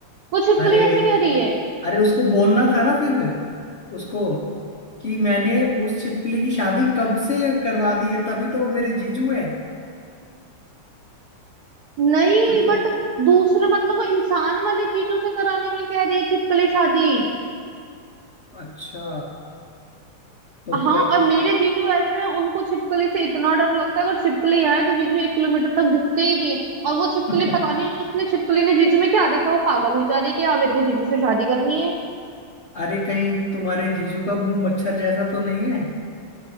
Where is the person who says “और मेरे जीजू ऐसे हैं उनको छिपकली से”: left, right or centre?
Right